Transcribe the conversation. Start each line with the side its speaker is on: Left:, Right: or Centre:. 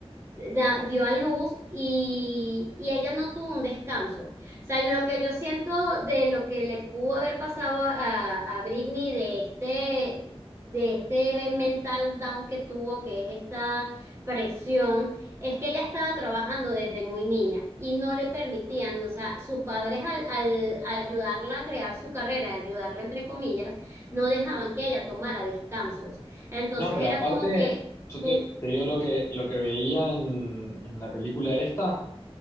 Right: da- dio a luz y, y ella no tuvo un descanso. O sea, lo que yo siento de lo que le pudo haber pasado a, a a Britney de este, de este mental down que tuvo, que es esta presión, es que ella estaba trabajando desde muy niña y no le permitían, o sea, sus padres al, al ayudarla a crear su carrera, ayudarla entre comillas, no dejaban que ella tomara descansos. Entonces
Left: No, pero
Right: era
Left: aparte,
Right: como que
Left: yo
Right: tú,
Left: te, te digo lo que, lo que veía en, en la película esta,